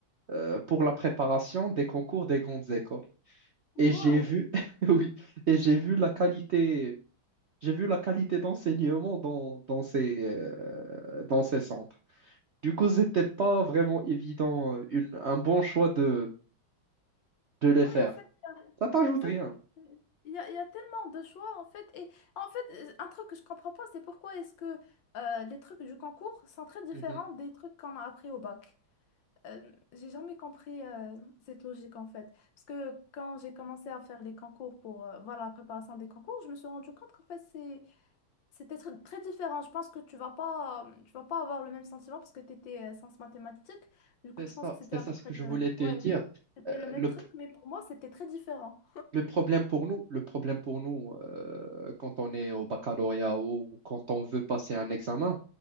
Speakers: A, on the right; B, on the left.
A: euh, pour la préparation des concours des grandes écoles.
B: Wow,
A: Et j'ai vu, <laughs> oui, et j'ai vu la qualité, j'ai vu la qualité d'enseignement dans, dans ces, euh, dans ces centres. Du coup, c'était pas vraiment évident, euh, une- un bon choix de, de les
B: Oui,
A: faire.
B: en fait, il y
A: Ça t'ajoute
B: a- exactement.
A: rien.
B: Il y a, il y a tellement de choix, en fait. Et en fait, euh, un truc que je comprends pas, c'est pourquoi est-ce que euh, les trucs du concours sont très différents
A: Mhm.
B: des trucs qu'on a appris au bac. Euh, j'ai jamais compris euh, cette logique, en fait. Parce que quand j'ai commencé à faire les concours pour euh, voilà, la préparation des concours, je me suis rendu compte qu'en fait, c'est c'était tr- très différent. Je pense que tu vas pas, euh, tu vas pas avoir le même sentiment parce que tu étais euh, sciences mathématiques. Du coup,
A: C'est ça,
B: je pense que c'était
A: c'est
B: à
A: ça
B: peu
A: ce
B: près
A: que
B: le,
A: je voulais te
B: ouais,
A: dire.
B: c'était
A: Euh,
B: le même
A: le
B: truc, mais pour moi, c'était très différent.
A: Le problème pour nous, le problème pour nous euh, quand on est au baccalauréat ou quand on veut passer un examen,